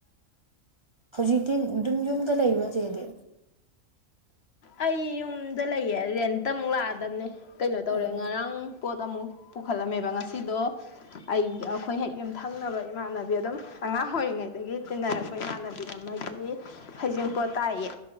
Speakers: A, on the right; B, on the left.
A: ꯍꯧꯖꯤꯛꯇꯤ ꯑꯗꯨꯝ ꯌꯨꯝꯗ ꯂꯩꯕꯣꯔ ꯆꯦꯗꯤ
B: ꯑꯩ ꯌꯨꯝꯗ ꯂꯩꯌꯦ ꯔꯦꯟꯇ ꯑꯃꯨꯛ ꯂꯥꯛꯑꯗꯕꯅꯦ ꯀꯩꯅꯣ ꯇꯧꯔꯦ
A: ꯑꯣ
B: ꯉꯔꯥꯡ ꯄꯣꯠ ꯑꯃꯨꯛ ꯄꯨꯈꯠꯂꯝꯃꯦꯕ ꯉꯁꯤꯗꯣ ꯑꯩ ꯑꯩꯈꯣꯏ ꯍꯦꯛ ꯌꯨꯝꯊꯪꯅꯕ ꯏꯃꯥꯟꯅꯕꯤ ꯑꯗꯨꯝ ꯑꯉꯥꯡ ꯑꯣꯏꯔꯤꯉꯩꯗꯒꯤ ꯇꯤꯟꯅꯔꯛꯄ ꯏꯃꯥꯟꯅꯕꯤ ꯏꯃꯟꯅꯕꯤ ꯑꯃꯒꯤ ꯍꯩꯖꯤꯡꯄꯣꯠ ꯇꯥꯛꯌꯦ